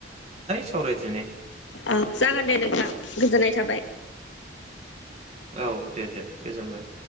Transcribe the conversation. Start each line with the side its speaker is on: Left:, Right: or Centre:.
Right: सावरायदिनि
Left: औ जागोन दे नोंथां गोजोननाय थाबाय
Right: औ दे दे गोजोनबाय